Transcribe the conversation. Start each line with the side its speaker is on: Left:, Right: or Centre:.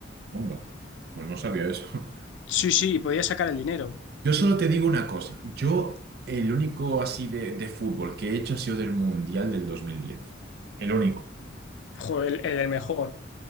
Right: Onda. Pues no sabía eso. <laughs>
Left: Sí, sí, y podías sacar el dinero.
Right: Yo solo te digo una cosa. Yo, el único así de, de fútbol que he hecho ha sido del Mundial del 2010. El único.
Left: Joder, el, el del mejor.